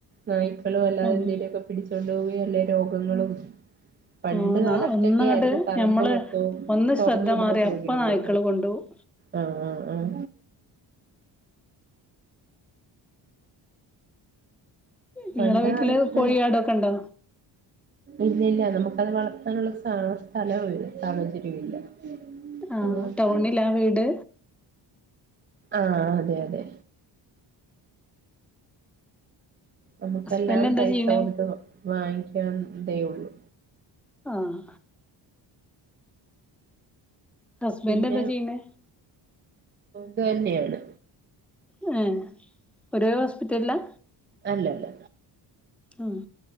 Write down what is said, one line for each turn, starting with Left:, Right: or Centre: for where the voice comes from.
Right: നായ്ക്കളോ അല്ലാതെ
Centre: ഉം
Right: എന്തേലൊക്കെ പിടിച്ചോണ്ട് പോ കയല്ലേ രോഗങ്ങളും പണ്ട്
Centre: ഓ
Right: കാലത്തെക്കെ
Centre: ഒന്നങ്ങട്ട്
Right: ആയിരുന്ന് പറമ്പ്
Centre: ഞമ്മള്
Right: മൊത്തവും
Centre: ഒന്ന്
Right: തൊറന്നു
Centre: ശ്രദ്ധ
Right: വിടുന്ന
Centre: മാറി
Right: കോഴികള്
Centre: അപ്പ നായ്ക്കള് കൊണ്ടോവും
Right: ആഹ് ആഹ് ആഹ്
Centre: നിങ്ങളെ
Right: പണ്ട് കാലത്ത്
Centre: വീട്ടില് കോഴിയാടൊക്കെ ഉണ്ടോ
Right: ഇല്ലില്ല നമു അത് വളർത്താനുള്ള സ്ഥാ സ്ഥലവുല്ല സാഹചര്യവും ഇല്ല.
Centre: ആഹ്
Right: അതുകൊണ്ട്
Centre: ടൗണിലാ വീട്
Right: ആഹ് അതെ അതെ നമുക്കെല്ലാം
Centre: ഹസ്ബൻഡ് എന്താ
Right: പൈസ
Centre: ചെയ്യണേ
Right: കൊടുത്ത് വ വാങ്ങിക്കാ അതെ ഉള്ളൂ.
Centre: ആഹ് ഹസ്ബന്റെന്താ
Right: പിന്നെ
Centre: ചെയ്യണേ?
Right: ത് തന്നെയാണ്
Centre: ഏഹ് ഒരേ ഹോസ്പിറ്റലിലാ?
Right: അല്ല അല്ല
Centre: ആഹ്